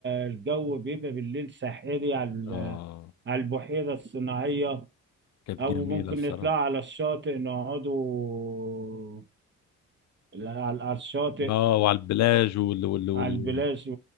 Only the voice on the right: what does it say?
الجو بيبقى بالليل ساحري على ال-
على البحيرة الصناعية
او
ممكن
نطلع على الشاطئ نقعدوا على على الشاطئ
على البلاش